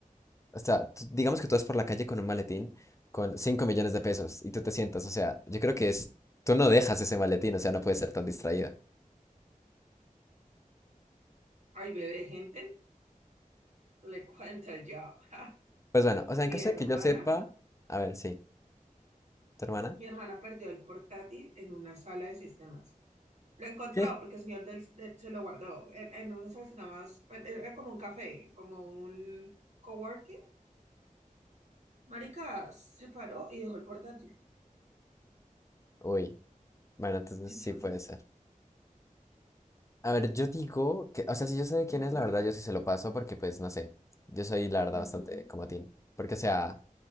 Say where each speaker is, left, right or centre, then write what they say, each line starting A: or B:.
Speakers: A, on the left; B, on the right.
A: O sea, tú- digamos que tú vas por la calle con un maletín con cinco millones
B: Ujú.
A: de pesos y tú te sientas, o sea, yo creo que es, tú no dejas ese maletín, o sea, no puedes ser tan distraída.
B: Ay, bebé, gente, le cuento yo. ja.
A: Pues bueno, o sea,
B: Mi
A: en caso
B: hermana,
A: de que yo sepa, a ver, sí, ¿tu hermana?
B: mi hermana perdió el portátil en una sala de sistemas. Lo encontró
A: ¿Qué?
B: porque el señor del, de- se lo guardó en, en una sala de sistemas. pues, Era como un café, como un coworking. Marica se paró y dejó el portátil.
A: Uy, bueno, entonces
B: <laughs> Entonces,
A: sí puede ser. A ver, yo digo que, o sea, si yo sé de
B: mm,
A: quién es, la verdad, yo sí se lo paso porque, pues, no sé, yo soy, la verdad,
B: ujú.
A: bastante como Tim. Porque, o sea,